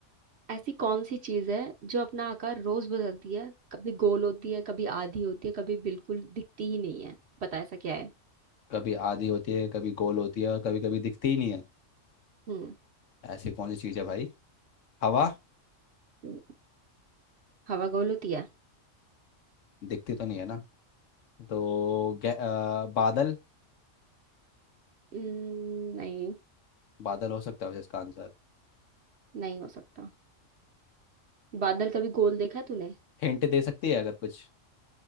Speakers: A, on the right; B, on the left.
A: ऐसी कौन सी चीज है जो अपना आकार रोज बदलती है कभी गोल होती है कभी आधी होती है कभी बिल्कुल दिखती ही नहीं है बता ऐसा क्या है
B: कभी आधी होती है कभी गोल होती है और कभी कभी दिखती ही नहीं है
A: हम्म
B: ऐसी कौन सी चीज़ है भाई हवा
A: हम्म, हवा गोल होती है
B: दिखती तो नहीं है ना तो गे- अ, बादल
A: हम्म, नहीं
B: बादल हो सकता है वैसे इसका आंसर
A: नहीं हो सकता बादल कभी गोल देखा है तूने
B: हिंट दे सकती है अगर कुछ